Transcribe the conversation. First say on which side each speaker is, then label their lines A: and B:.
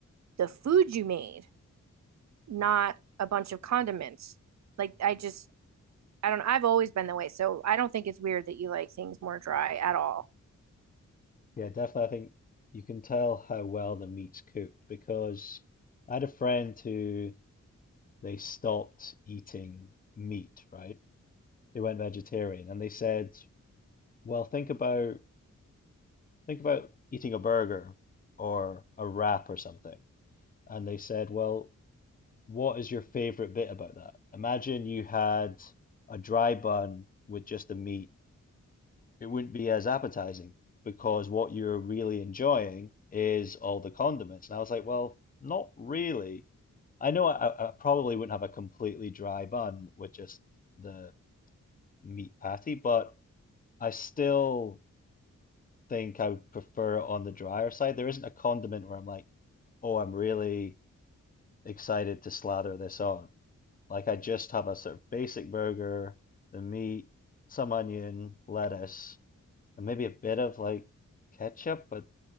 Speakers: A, on the right; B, on the left.
A: the food you made not a bunch of condiments. Like I just I don't I've always been that way. So I don't think it's weird that you like things more dry at all.
B: Yeah, definitely. I think you can tell how well the meat's cooked because I had a friend who they stopped eating meat, right? They went vegetarian and they said, well, think about think about eating a burger or a wrap or something. And they said, well, What is your favorite bit about that? Imagine you had a dry bun with just the meat. It wouldn't be as appetizing because what you're really enjoying is all the condiments. And I was like, well, not really. I know I, I probably wouldn't have a completely dry bun with just the meat patty, but I still think I would prefer it on the drier side. There isn't a condiment where I'm like, oh, I'm really excited to slather this on. Like I just have a sort of basic burger, the meat, some onion, lettuce, and maybe a bit of like ketchup, but